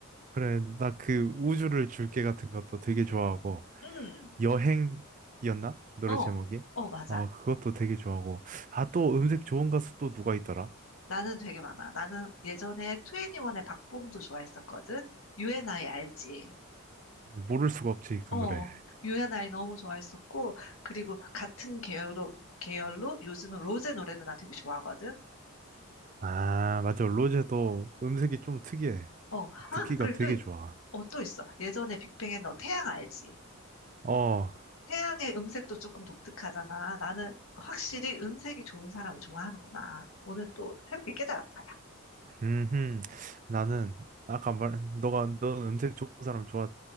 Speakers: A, on the right (about 35°); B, on the left (about 70°).
A: 그래 나 그 우주를 줄게 같은 것도 되게 좋아하고
B: 음.
A: 여행이었나? 노래
B: 어.
A: 제목이?
B: 어, 맞아.
A: 아, 그것도 되게 좋아하고. 아, 또 음색 좋은 가수 또 누가 있더라?
B: 나는 되게 많아. 나는 예전에 2애니1의 박봄도 좋아했었거든. U&I 알지?
A: 모를 수가 없지, 그
B: 어.
A: 노래.
B: U&I 너무 좋아했었고 그리고 같은 계열로 계열로 요즘은 로제 노래도 나 되게 좋아하거든.
A: 아, 맞아. 로제도 음색이 좀 특이해.
B: 어, 아,
A: 듣기가
B: 그리고
A: 되게
B: 또
A: 좋아.
B: 어, 또 있어. 예전에 빅뱅에 너 태양 알지?
A: 어,
B: 태양의 음색도 조금 독특하잖아. 나는 확실히 음색이 좋은 사람을 좋아하는구나. 오늘 또 새롭게 깨달았다, 야.
A: 음, 나는 아까 말, 너가 너 음색 좋은 사람 좋아